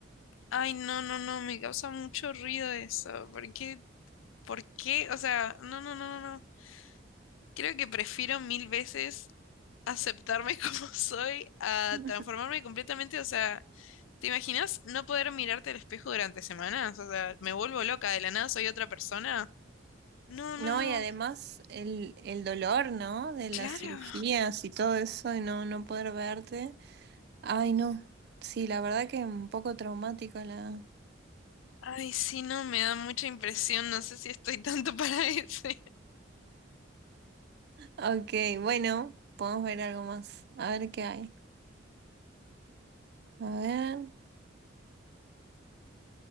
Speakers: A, on the left (about 80°); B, on the right (about 55°).
A: Ay, no, no, no, me causa mucho ruido eso. ¿Por qué? ¿Por qué? O sea, no, no, no, no. no. Creo que prefiero mil veces aceptarme <laughs> como soy a
B: <laughs>
A: transformarme completamente, o sea, ¿Te imaginas no poder mirarte al espejo durante semanas? O sea, me vuelvo loca, de la nada soy otra persona. No, no,
B: No,
A: no.
B: y además el, el dolor, ¿no? De
A: Claro.
B: las cirugías y todo eso, y no, no poder verte. Ay, no. Sí, la verdad que un poco traumático la
A: Ay, sí, no, me da mucha impresión. No sé si estoy tanto para <laughs> ese.
B: Ok, bueno, podemos ver algo más. A ver qué hay. A ver,